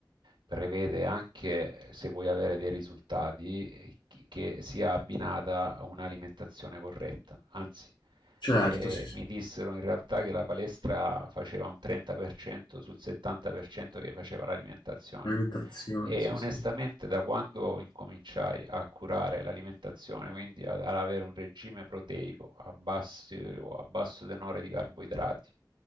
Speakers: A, on the right; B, on the left.
A: prevede anche, se vuoi avere dei risultati, eh, che che sia abbinata a un'alimentazione corretta. Anzi,
B: Certo,
A: e
B: sì, sì,
A: mi dissero in realtà che la palestra faceva un 30% sul 70% che faceva l'alimentazione
B: alimentazione,
A: e
B: sì,
A: onestamente
B: sì.
A: da quando incominciai a curare l'alimentazione, quindi ad, ad avere un regime proteico a, bassi- o a basso tenore di carboidrati,